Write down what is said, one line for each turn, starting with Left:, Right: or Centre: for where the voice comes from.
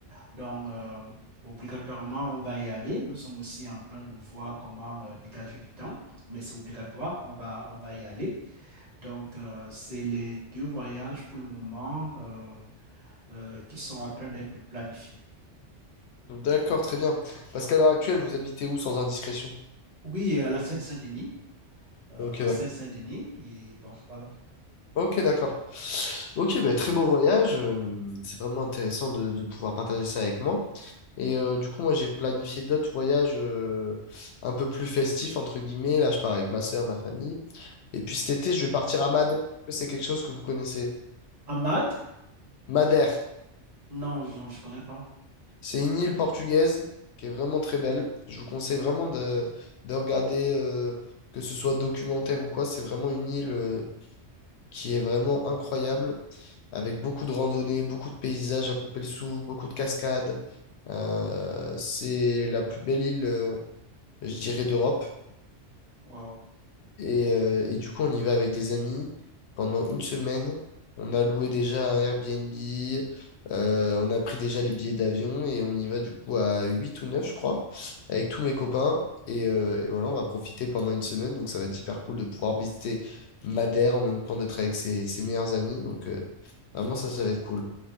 Right: Donc, euh, obligatoirement, on va y aller. Nous sommes aussi en train de voir comment euh, dégager du temps, mais c'est obligatoire, on va, on va y aller. Donc, euh, c'est les deux voyages pour le moment euh, euh, qui sont en train d'être planifiés.
Left: D'accord, très bien. Parce qu'à l'heure actuelle, vous habitez où sans indiscrétion?
Right: Oui, à la Seine-Saint-Denis, euh,
Left: Ok,
Right: en
Left: d'accord.
Right: Seine-Saint-Denis, et bon, voilà.
Left: Ok, d'accord. Ok, bah, très beau voyage. euh, C'est vraiment intéressant de, de pouvoir partager ça avec moi. Et euh, du coup, moi, j'ai planifié d'autres voyages euh, un peu plus festifs, entre guillemets. Là, je pars avec ma soeur, ma famille. Et puis cet été, je vais partir à Madère. Est-ce que C'est quelque chose que vous connaissez.
Right: Ahmad?
Left: Madère.
Right: Non, non, je ne connais pas.
Left: C'est une île portugaise qui est vraiment très belle. Je vous conseille vraiment de, de regarder, euh, que ce soit documentaire ou quoi. C'est vraiment une île, euh, qui est vraiment incroyable, avec beaucoup de randonnées, beaucoup de paysages à couper le souffle, beaucoup de cascades. Euh, c'est la plus belle île, euh, je dirais, d'Europe.
Right: Waouh.
Left: Et, euh, et du coup, on y va avec des amis. Pendant une semaine, on a loué déjà un Airbnb, euh, on a pris déjà les billets d'avion et on y va du coup à 8 ou 9 je crois, avec tous mes copains. Et, euh, et voilà, on va profiter pendant une semaine. Donc, ça va être hyper cool de pouvoir visiter Madère en même temps d'être avec ses, ses meilleurs amis. Donc, euh, vraiment, ça, ça va être cool.